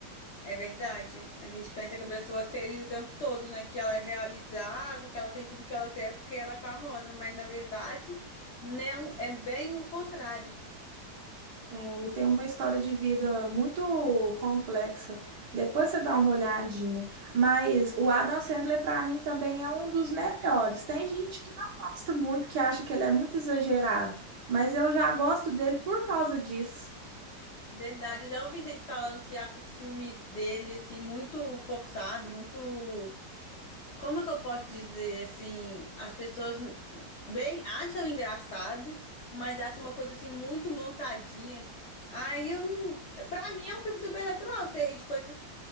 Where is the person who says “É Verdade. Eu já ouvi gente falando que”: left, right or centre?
Left